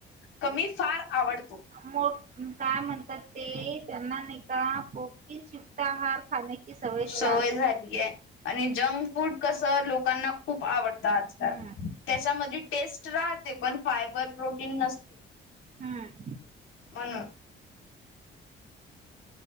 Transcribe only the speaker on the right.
मो काय म्हणतात ते त्यांना नाही का प्रोटीन्स युक्त आहार खाण्याची सवयच
राहिली.
नाही.
हम्म
हम्म.